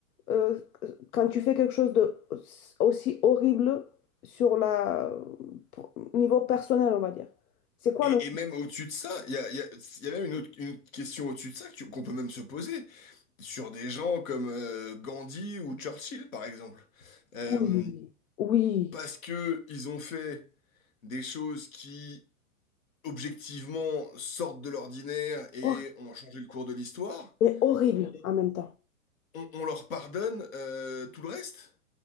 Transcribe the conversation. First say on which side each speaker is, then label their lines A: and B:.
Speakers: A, on the left; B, on the left.
A: euh, quand tu fais quelque chose de aussi horrible sur la pour- niveau personnel, on va dire. C'est quoi
B: et,
A: le...
B: et même au-dessus de ça, il y a, il y a- il y a même une autre une autre question au-dessus de ça que- qu'on peut même se poser sur des gens comme euh, Gandhi ou Churchill, par exemple. Euh,
A: Oui, oui,
B: parce que ils ont fait des choses qui, objectivement, sortent de l'ordinaire et
A: Hor-
B: ont changé le cours de l'histoire,
A: mais horrible
B: on,
A: en même temps.
B: on- on leur pardonne euh, tout le reste?